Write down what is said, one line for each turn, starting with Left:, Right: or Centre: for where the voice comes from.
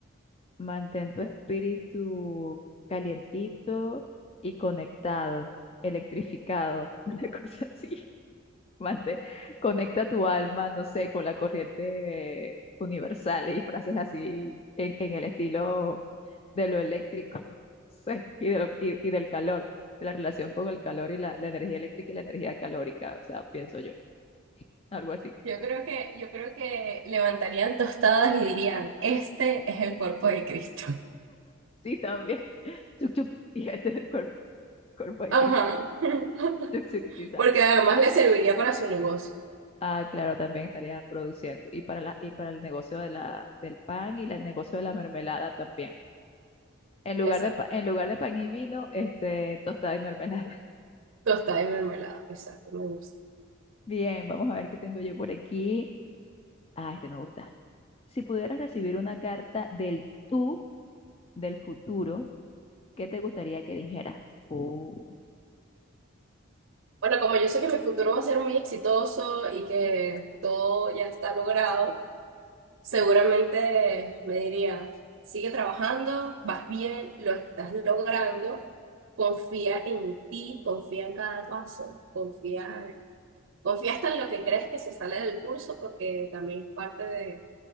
Left: mantén tu espíritu calientito y conectado, electrificado, <laughs> una cosa así. Mantén- conecta tu alma, no sé, con la corriente eh, universal y frases así en, en el estilo de lo eléctrico, <laughs> no sé, y, de lo- y, y del calor, de la relación con el calor y la, la energía eléctrica y la energía calórica, o sea, pienso yo, algo así.
Right: Yo creo que, yo creo que levantarían tostadas y dirían, este es el cuerpo de Cristo.
Left: Sí, también. Chuk, chuk. Y este es el cuerpo, cuerpo de
Right: Ajá.
Left: Cristo.
Right: <laughs>
Left: Chuk, chuk y sal.
Right: Porque además le serviría para su negocio.
Left: Ah, claro, también estarían produciendo. Y para la, y para el negocio de la, del pan y la- el negocio de la mermelada también. En lugar
Right: Exacto.
Left: de, pa- en lugar de pan y vino, este, tostada y mermelada. <laughs>
Right: Tostada y mermelada. Exacto, me gusta.
Left: Bien, vamos a ver qué tengo yo por aquí. Ah, este me gusta. Si pudieras recibir una carta del tú del futuro, ¿qué te gustaría que dijera? Uh,
Right: Bueno, como yo sé que mi futuro va a ser muy exitoso y que todo ya está logrado, seguramente me diría, sigue trabajando, vas bien, lo estás logrando, confía en ti, confía en cada paso, confía, confía hasta en lo que crees que se sale del curso porque también es parte de,